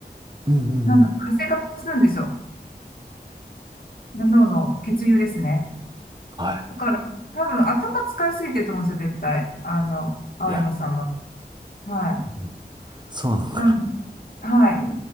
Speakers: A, on the right; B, on the left.
A: うんうんうん。
B: なんだ、活性化するんですよ。脳の血流ですね。
A: はい。
B: だから、多分頭使いすぎてると思うんですよ、絶対。あの、青山さんは。
A: いなや、る
B: は
A: ほど。そうなのか。
B: い。なん、はい。